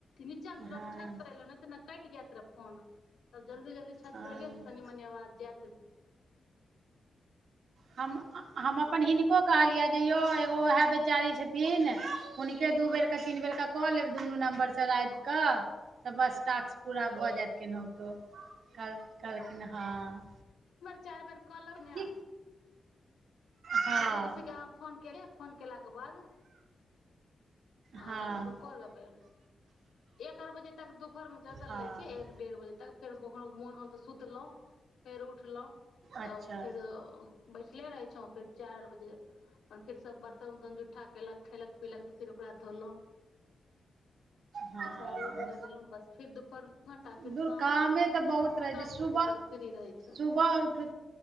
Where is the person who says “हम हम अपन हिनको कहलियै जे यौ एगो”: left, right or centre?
Right